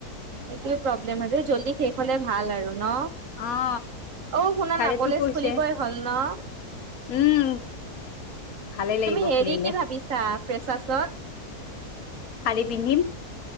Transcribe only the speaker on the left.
অ
ছাৰেতো
কৈছে
উম'। ভালে লাগিব
খুলিলে
শাৰী পিন্ধিম।